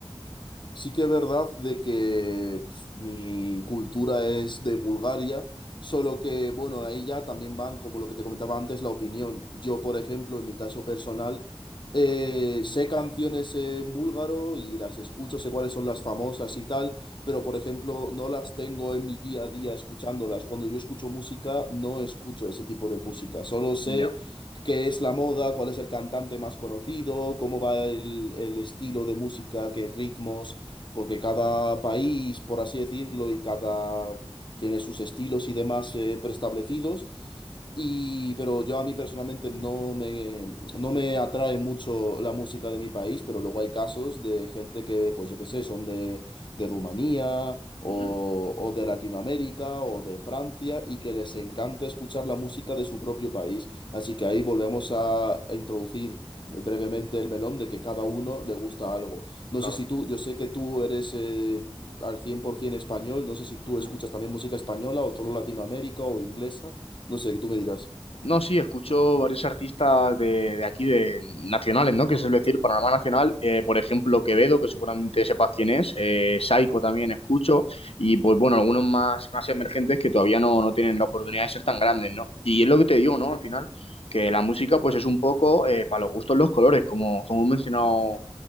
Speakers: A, on the left; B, on the left.
A: Sí que es verdad de que pues, mi cultura es de Bulgaria, solo que, bueno, ahí ya también van, como lo que te comentaba antes, la opinión. Yo, por ejemplo, en mi caso personal, eh, sé canciones en búlgaro y las escucho, sé cuáles son las famosas y tal, pero, por ejemplo, no las tengo en mi día a día escuchándolas. Cuando yo escucho música, no escucho ese tipo de música, solo sé
B: Ya,
A: qué es la moda, cuál es el cantante más conocido, cómo va el, el estilo de música, qué ritmos porque cada país, por así decirlo, y cada pues, tiene sus estilos y demás eh, preestablecidos. Y, pero yo a mí personalmente no me, no me atrae mucho la música de mi país, pero luego hay casos de gente que, pues yo qué sé, son de, de Rumanía o,
B: ujú,
A: o de Latinoamérica o de Francia y que les encanta escuchar la música de su propio país. Así que ahí volvemos a introducir brevemente el melón de que cada uno le gusta algo. No
B: claro.
A: sé si tú, yo sé que tú eres eh, al 100% español, no sé si tú
B: ujú.
A: escuchas también música española o solo Latinoamérica o inglesa. No sé, tú me dirás.
B: No, sí, escucho varios artistas de, de aquí, de nacionales, ¿no? Que se suele decir, panorama nacional. Eh, por ejemplo, Quevedo, que seguramente sepas quién es. Eh, Saiko también escucho. Y pues bueno, algunos más, más emergentes que todavía no, no tienen la oportunidad de ser tan grandes, ¿no? Y es lo que te digo, ¿no? Al final, que la música pues es un poco eh, para los gustos los colores, como, como he mencionado